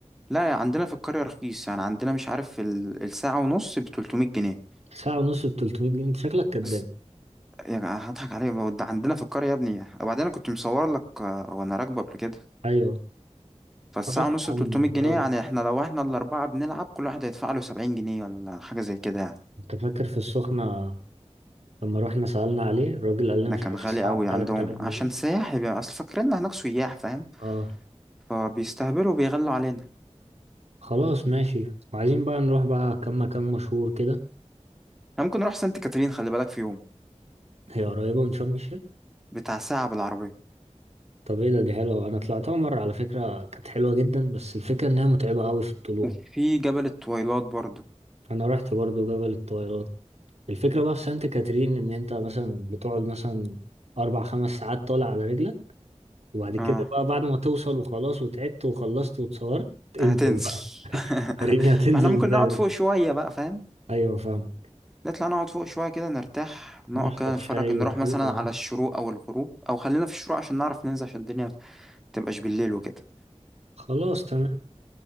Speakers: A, in the centre; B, on the right.
A: لا يا عندنا في القرية رخيص يعني عندنا مش عارف ال- الساعة ونص ب 300 جنيه
B: ساعة ونص ب 300 جنيه أنت شكلك كداب
A: بس- يا جماعة هضحك عليك ده عندنا في القرية يا ابني وبعدين أنا كنت مصور لك آه، وأنا راكبة قبل كده
B: أيوه
A: فالساعة
B: خلاص يا
A: ونص
B: عم
A: ب 300
B: نجربه
A: جنيه يعني احنا لو احنا الأربعة بنلعب كل واحد هيدفع له 70 جنيه ولا حاجة زي كده يعني
B: أنت فاكر في السخنة لما رحنا سألنا عليه الراجل قال لنا
A: ده
B: مش
A: كان
B: عارف
A: غالي
B: الساعة
A: قوي
B: ب
A: عندهم
B: 3000 جنيه
A: عشان سياح يبقى أصل فاكريننا هناك سياح فاهم
B: أه
A: فبيستهبلوا وبيغلوا علينا
B: خلاص ماشي وعايزين بقى نروح بقى كام مكان مشهور كده
A: احنا ممكن نروح سانت كاترين خلي بالك في يوم
B: هي قريبة من شرم الشيخ
A: بتاع ساعة بالعربية
B: طب إيه ده دي حلوة أنا طلعتها مرة على فكرة كانت حلوة جدا بس الفكرة إنها متعبة أوي في الطلوع
A: وفي جبل التويلات برضه
B: أنا رحت برضو جبل الطويلات الفكرة بقى في سانت كاترين إن أنت مثلا بتقعد مثلا أربع خمس ساعات طالع على رجلك وبعد كده
A: اه
B: بقى بعد ما توصل وخلاص وتعبت وخلصت واتصورت
A: هتنزل
B: انزل بقى
A: <laughs>
B: وريني هتنزل
A: ما احنا ممكن
B: ازاي
A: نقعد
B: بقى
A: فوق شوية بقى فاهم
B: ايوه فاهم
A: نطلع نقعد فوق شوية كده نرتاح نقعد
B: نشرب
A: كده
B: شاي
A: نتفرج نروح
B: وكده
A: مثلا
B: آه.
A: على الشروق أو الغروب أو خلينا في الشروق عشان نعرف ننزل عشان الدنيا متبقاش بالليل وكده
B: خلاص تمام